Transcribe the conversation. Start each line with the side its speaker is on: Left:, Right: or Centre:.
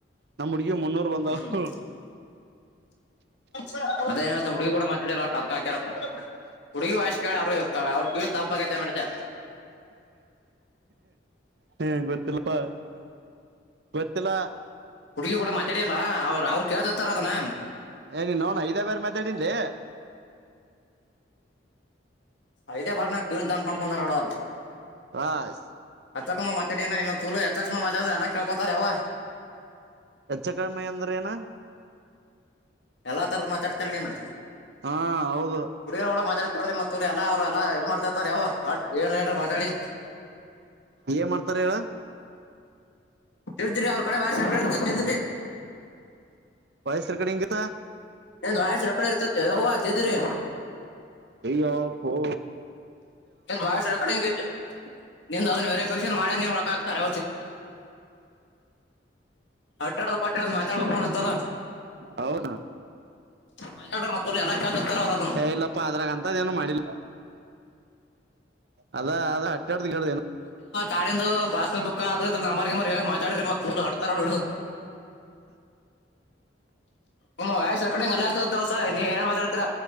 Right: ನಮ್ ಹುಡ್ಗಿಗ್ ಮುನ್ನೂರು ಬಂದವು
Left: ಹ್ಮ್
Right: ಉಹ್ಹ್
Left: <unintelligible> ಅದೇ ಹೇಳ್ತವ್ ಉಡ್ಗಿ ಕೂಡ ಮಾತ್ <unintelligible> ಅದ್ಕ ಹಾಕ್ಯರಂತ ಹುಡುಗಿ ವಾಯ್ಸ್ ಕೇಳ್ ಅವ್ರು ಹೇಳಿರ್ ತಾ ಅವ್ರ್ ಕಿವಿ ತಂಪಗೈತೆ ಮಾಡಿದ್ದೆ
Right: ಹ್ಮ್ ಗೊತ್ತಿಲ್ ಪ್ಪ ಗೊತ್ತಿಲ್ಲಾ
Left: ಹುಡುಗಿ ಕೂಡ ಮಾತಾಡಿಯಲ್ಲ ಅವ್ರು ಅವ್ರು ಕೇಳ್ತಿರ್ತಾರ ಅದನ್ನ
Right: ಏ ನಿನ್ನೌ ನ ಇದೇ ಬೇರೆ ಮಾತಾಡಿನ್ ಲೇ
Left: ಐಡಿಯಾ ಬರ್ನಾಕ್ ಕಿವಿ ತಂಪ್ಮಾಡ್ಕೊಂಡಾರ್ ನೋಡ ಅವ್ರು
Right: ವಾಸ್
Left: ಅಚ್ಚಕಮ್ಮ ಮಾತಾಡಿಯನ ಏನ ಚೂಲು <unintelligible> ಕೇಳ್ಕೋತಾರೆ ಯವ್ವಾ
Right: ಹೆಚ್ಚ ಕಡಿಮೆ ಅಂದ್ರ ಏನ
Left: ಎಲ್ಲಾ ತರದ ಮಾತಾಡ್ತರ ನೀನ್
Right: ಹಾ ಹೌದು
Left: ಕುಡಿರೋರು ಕೂಡ ಮಾತಾಡ್ತಿರ ಮತ್ತ ಎಲ್ಲ ಅವರು ಎಲ್ಲಾ ಇದು ಮಾಡ್ತರ್ತಾರೆ ಅವರು ಮತ್ ಬೇರೆ ಏನಾರ ಮಾತಾಡಿ
Right: ಏನ್ ಮಾಡ್ತಾರ ಹೇಳ
Left: ಇಡ್ದಿರಿ ಅವ್ರ ಕಡೆ ಮಾಡತಿದ್ರಿ
Right: ವಯಸ್ಸರು ಕಡೆ ಇಂಗತ್ತಾ
Left: ಏನ್ ಲಾಯರ್ ಕಡೆ ಇರ್ತತಿ ಹೇ ಯವ್ವತಿದ್ರಿ
Right: ಆಯೋ ಯಪ್ಪೋ
Left: ಬಹಳಷ್ಟು ಕಡೆಂಗು ಸಿಗಕದೆಂಗ್ ಅದನ್ ಬೇರೆ ಫಂಕ್ಷನ್ ನೀ ಒಳಕ ಆಕ್ತಾರೆ ಅಟ್ಟಾಡ ಪಟ್ಟಾಡ ಮಾತಾಡ್ಬೇಕುತದ
Right: ಹೌನಾ
Left: ಮಾತಾಡ್ರ ಮತ್ತ ತುಳು ಎಲ್ಲ ಕೇಳ್ತಿರ್ತಾರ ಅವ್ರ ಅದನ್ನ
Right: ಇಲ್ಲಪ್ಪ ಅದ್ರಾಗಂತ ಏನು ಮಾಡಿಲ್ಲ ಅದ ಅದ ಅಟ್ಟಾಡ್ದ ಹೇಳ್ದೇನು
Left: ಕಾಡೆಂದು ಅದು ಇದು ನಂಬಾರ್ ಗ ಮಾತಾಡ್ರಿಮ ಹಡ್ತಾರು ಹ್ಮ ವಯಸ್ ಕಡೆಲ್ಲಾರ್ತಸ ನೀವ ಏನ್ ಮಾತಾತರ